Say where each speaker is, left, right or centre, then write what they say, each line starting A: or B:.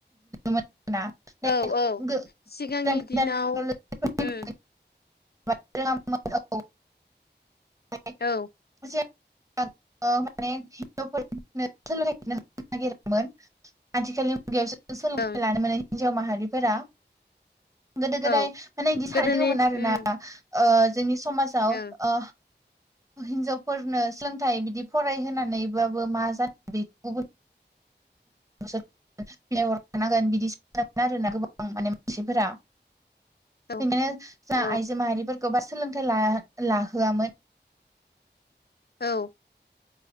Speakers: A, on the right; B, on the left.
A: मोन ना <unintelligible>
B: औ औ सिगांनि दिनाव उम
A: <unintelligible>
B: औ
A: सेब माने हिजावफोरनो सोलोंनो होनो नागिरोमोन। आथिखालनि मुगायावसो सोलोंथाइ
B: ओं
A: लानो मोनो हिन्जाव माहारिफोरा गोदो गोदाय
B: औ
A: माने बिदि साराय
B: गोदोनि
A: दङमोन आरो
B: उम
A: ना ओ जोंनि समाजाव
B: ओं
A: ओ हिनजावफोरनो सोलोंथाइ बिदि फरायहोनानैबाबो मा जानो गुबुन प्लेअर थानांगोन बिदिसोानोन आरोोना गोबां माने मानसिफोरा
B: औ
A: बिदिनो जा
B: औ
A: आइजो माहारिफोरखौ ब सोलोंथाइ लाहोआमोन
B: औ